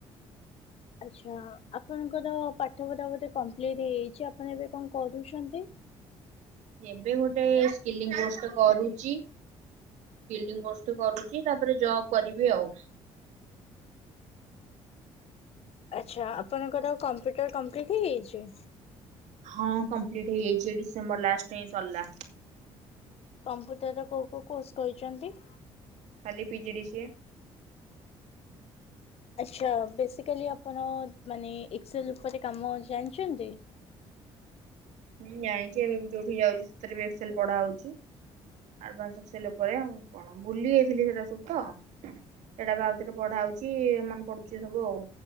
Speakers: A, on the left; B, on the right.
A: ଆଚ୍ଛା ଆପଣଙ୍କର ପାଠ ପଢ଼ା ବୋଧେ କମ୍ପ୍ଲିଟ୍ ହେଇଯାଇଛି ଆପଣ ଏବେ କଣ କରୁଛନ୍ତି।
B: ଏବେ ଗୋଟେ ସ୍କିଲିଙ୍ଗ କୋଷ୍ଟେ ଟେ କରୁଚି ଫିଲିଙ୍ଗ କୋଷ୍ଟେ କରୁଚି ତାପରେ ଜବ୍ କରିବି ଆଉ।
A: ଆଚ୍ଛା ଆପଣଙ୍କର କମ୍ପ୍ୟୁଟର କମ୍ପିଲ୍ଟ ହେଇଯାଇଛି।
B: ହଁ କମ୍ପିଲ୍ଟ ହେଇଯାଇଛି ଡିସେମ୍ବର ଲାଷ୍ଟେ ଏଇ ସରିଲା।
A: କମ୍ପୁଟର ର କୋଉ କୋଉ କୋର୍ସ କରିଚନ୍ତି।
B: ଖାଲି ପି ଜି ଡ଼ି ସିଏ।
A: ଆଛା ବେସିକାଲି ଆପଣ ମାନେ ଏକସେଲ ଉପରେ କାମ ଜାଣିଚନ୍ତି।
B: ହୁଁ ଜାଣିଛି ଏବେ ମୁ ଯୋଉଠିକି ଯାଉଛି ସେଥିରେବି ଏକସେଲ ପଢା ହଉଛି। ଆଡଭାନ୍ ସେ ସେଲୋପରେ ଆଉ କଣ ଭୁଲି ଯାଇଥିଲି ସେରା ସବୁ ତ ଏଇଟା ପା ଆଉଥରେ ପଢା ହଉଚି ମନେ ପଡ଼ୁଚି ସବୁ ଆଉ